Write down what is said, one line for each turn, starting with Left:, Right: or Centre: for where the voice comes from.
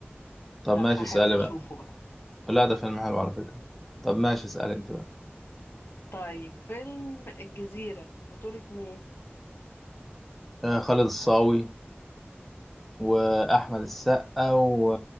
Centre: طب
Left: لا
Centre: ماشي
Left: هحاول
Centre: اسألي
Left: اشوفه
Centre: بقى
Left: بقى
Centre: لا ده فيلم حلو على فكرة طب ماشي اسألي انت بقى
Left: طيب فيلم الجزيرة بطولة مين
Centre: آه، خالد الصاوي واحمد السقا و